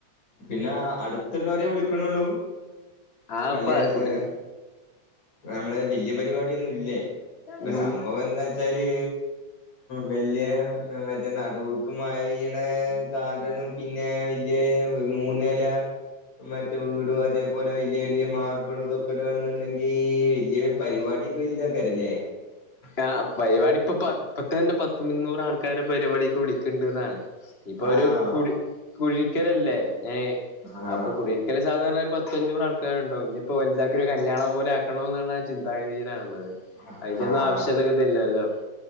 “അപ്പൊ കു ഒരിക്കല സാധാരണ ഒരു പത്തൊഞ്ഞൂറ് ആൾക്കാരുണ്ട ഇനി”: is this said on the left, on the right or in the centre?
Left